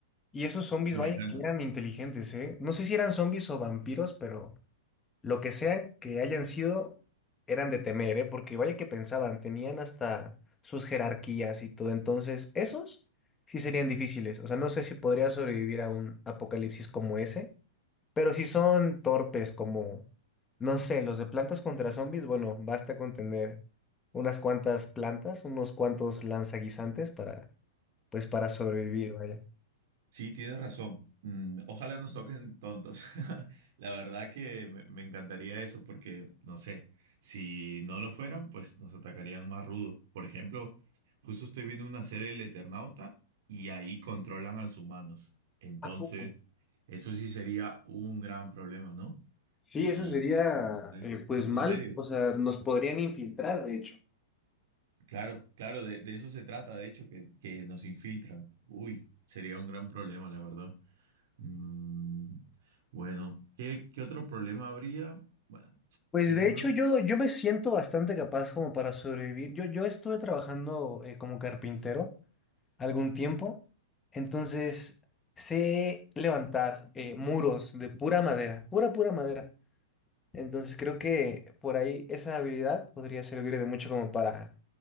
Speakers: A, on the left (about 15°); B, on the right (about 60°).
A: y esos zombies,
B: Uy,
A: vaya,
B: me encanta.
A: que eran inteligentes, ¿eh? No sé si eran zombies o vampiros, pero lo que sean que hayan sido, eran de temer, ¿eh? Porque vaya que pensaban, tenían hasta sus jerarquías y todo. Entonces, esos sí serían difíciles. O sea, no sé si podría sobrevivir a un apocalipsis como ese. Pero si son torpes como, no sé, los de plantas contra zombies, bueno, basta con tener unas cuantas plantas, unos cuantos lanzaguisantes para, pues, para sobrevivir, vaya.
B: Sí, tienes razón. Mm, ojalá nos toquen tontos. <laughs> La verdad que me, me encantaría eso porque, no sé, si no lo fueran, pues nos atacarían más rudo. Por ejemplo, justo estoy viendo una serie del Eternauta y ahí controlan a los humanos. Entonces,
A: ¿A poco?
B: eso sí sería un gran problema, ¿no?
A: Sí,
B: Y
A: eso sería
B: eso,
A: eh, pues
B: otros
A: mal,
B: medios.
A: o sea, nos podrían infiltrar, de hecho.
B: Claro, claro, de, de eso se trata, de hecho, que, que nos infiltran. Uy, sería un gran problema, la verdad. Mm, bueno, ¿qué, qué otro problema habría? Bueno,
A: Pues
B: se asumimos
A: de hecho yo, yo me siento bastante capaz como para sobrevivir. Yo, yo estuve trabajando eh, como carpintero algún tiempo, entonces sé levantar eh, muros de pura madera, pura, pura madera. Entonces creo que por ahí esa habilidad podría servir de mucho como para